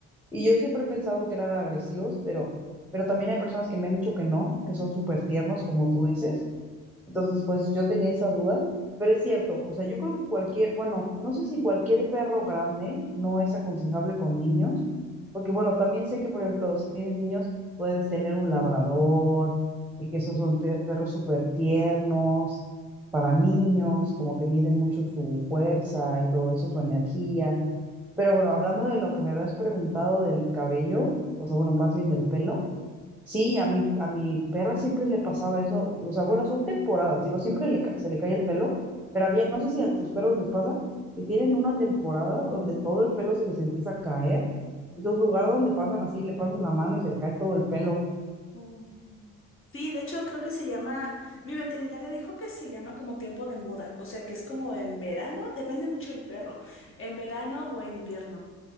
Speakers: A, in the centre; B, on the left.
A: y yo siempre he pensado que eran agresivos, pero, pero también hay personas que me han dicho que no, que son súper tiernos, como tú dices, Entonces, pues yo tenía esa duda, pero es cierto, o sea, yo creo que cualquier, bueno, no sé si cualquier perro grande no es aconsejable con niños, porque bueno, también sé que, por ejemplo, si tienes niños, puedes tener un labrador y que esos son pe- perros súper tiernos para niños, como que miden mucho su fuerza y todo eso, su energía. Pero bueno, hablando de lo que me habías preguntado del cabello, o sea, bueno, más bien del pelo. Sí, a mi, a mi perra siempre le pasaba eso, o sea, bueno, son temporadas, digo, siempre le, ca- se le cae el pelo, pero había, no sé si a tus perros les pasa, que tienen una temporada donde todo el pelo se les empieza a caer, entonces lugar donde pasan así, le pasas la mano y se le cae todo el pelo.
B: <laughs> Sí, de hecho creo que se llama, mi veterinaria dijo que se llama como tiempo de muda, o sea que es como en verano, depende mucho del perro, en verano o en invierno.